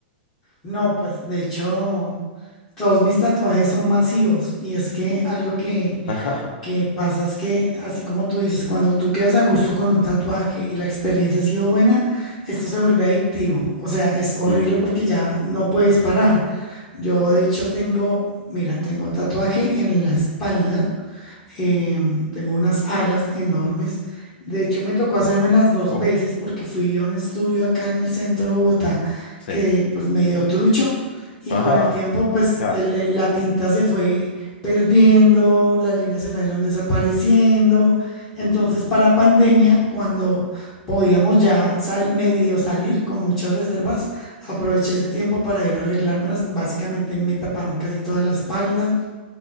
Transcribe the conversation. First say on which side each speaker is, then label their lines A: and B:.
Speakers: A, on the left (about 25°); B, on the left (about 65°).
A: No, pues de hecho, todos mis tatuajes son masivos y es que algo que,
B: <laughs>
A: que pasa es que, así como tú dices, cuando tú quedas a gusto con un tatuaje y la experiencia ha sido buena, esto se vuelve adictivo. O sea, es horrible
B: Mm,
A: porque ya no puedes parar. Yo de hecho tengo, mira, tengo tatuaje en la espalda eh, tengo unas alas enormes. De hecho, me tocó hacerme las dos
B: oh,
A: veces porque fui a un estudio acá en el centro de Bogotá
B: sí.
A: que pues me dio trucho y
B: Ajá,
A: con el tiempo pues
B: claro.
A: el- el- la tinta se fue perdiendo, las líneas se fueron desapareciendo. Entonces,
B: ujú,
A: para pandemia, cuando podíamos ya sal- medio salir con muchas reservas, aproveché ese tiempo para ir a arreglármelas. Básicamente me taparon casi toda la espalda